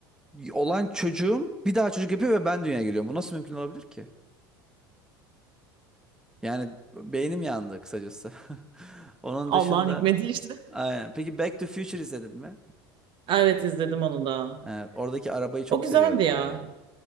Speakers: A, in the centre; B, on the right.
A: olan çocuğum bir daha çocuk yapıyor ve ben dünyaya geliyorum. Bu nasıl mümkün olabilir ki? Yani beynim yandı kısacası. <laughs> Onun
B: Allah'ın
A: dışında
B: hikmeti işte.
A: aynen. Peki Back to Future izledin mi?
B: <laughs> Evet izledim onu da.
A: Evet, oradaki arabayı çok
B: O güzeldi
A: seviyorum
B: ya.
A: ben ya.